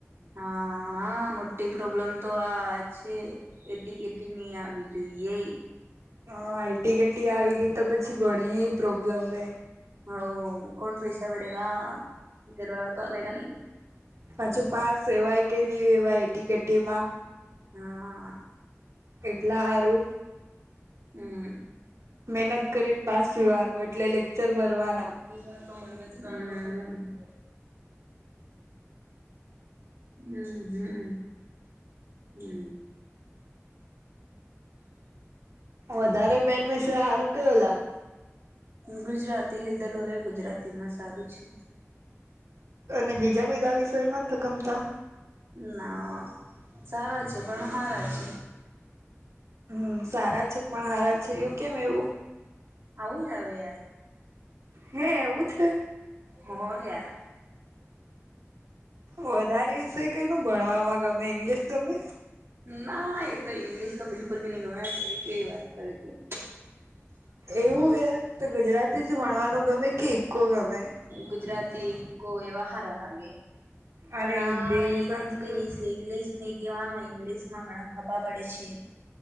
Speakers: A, on the right; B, on the right.
A: હા હા મોટી પ્રોબ્લેમ તો આ છે. એટી કેટી ની આવી જોઈએે.
B: હા એટી કટી આવી ગઈ તો પછી ઘણી એ પ્રોબ્લેમ હે.
A: <unintelligible>
B: હજુ પાસ રેવાય કે ની રેવાય એટી કેટીમાં.
A: હા.
B: એટલા હારું
A: હમ્મ.
B: મહેનત કરીને પાસ થવાનું એટલે લેક્ચર ભરવાના
A: હમ. હમ્મ હમ્મ.
B: વધારે મેન વિષય હારો કયો લાાગ
A: ગુજરાતી લીધેલો હે ગુજરાતી માં સારું છે.
B: અને બીજા બધા વિષય માં તો ગમતા
A: ના સારા છે પણ હારા છે
B: હમ્મ સારા છે પણ હારા છે એવું કેમ એવું
A: આવું જ આવે યાર
B: હે એવું છે?
A: હો યાર
B: વધારે વિષય કઈ નો ભણવામાં ગમે ઈંગ્લિશ ગમે?
A: ના એ તો ઈંગ્લિશ તો બિલકુલ ભી નઈ ગમે એવી કેવી વાત કરે તું
B: એવું હે તો ગુજરાતી જ ભણવાનું ગમે કે ઈકો ગમે
A: ગુજરાતી ઈકો એવુ હારા લાગે.
B: અને
A: પણ
B: હિન્દી
A: આ
B: સંસ્કૃત
A: ઇંગ્લિશ ઇંગ્લિશ ની કહેવાનો ઇંગ્લિશ માં ઘણા ફાફા પડે છે.